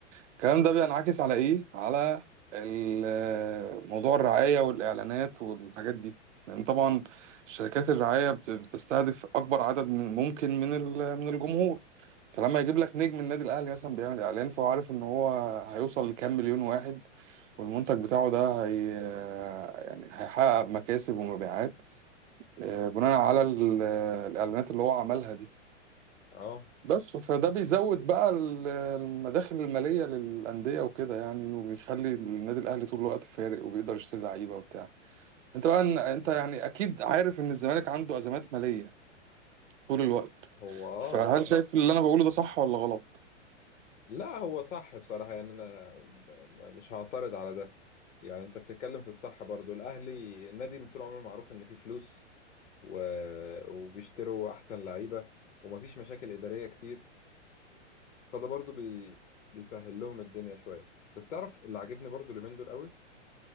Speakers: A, on the right; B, on the left.
A: الكلام ده بينعكس على ايه على ال- موضوع الرعايه والاعلانات والحاجات دي لان طبعا شركات الرعايه بت- بتستهدف اكبر عدد من ممكن من ال- من الجمهور فلما يجيب لك نجم النادي الاهلي مثلا بيعمل اعلان فهو عارف ان هو هيوصل لكام مليون واحد والمنتج بتاعه ده هي يعني هيحقق مكاسب ومبيعات آه، بناء على ال- الإعلانات اللي هو عملها دي
B: اه
A: بس فده بيزود بقى ال- المداخل المالية للأندية وكده يعني وبيخلي النادي الأهلي طول الوقت فارق وبيقدر يشتري لعيبة وبتاع انت بقى انت يعني أكيد عارف إن الزمالك عنده أزمات مالية طول الوقت
B: هو اه
A: فهل شايف اللي أنا بقوله ده صح ولا غلط؟
B: لا هو صح بصراحة يعني انا ب- ب- مش هعترض على ده يعني انت بتتكلم في الصح برضو الاهلي النادي من طول عمره معروف ان فيه فلوس و... وبيشتروا احسن لعيبة ومفيش مشاكل ادارية كتير فده برضو بي... بيسهل لهم الدنيا شوية بس تعرف اللي عاجبني برضو اليومين دول قوي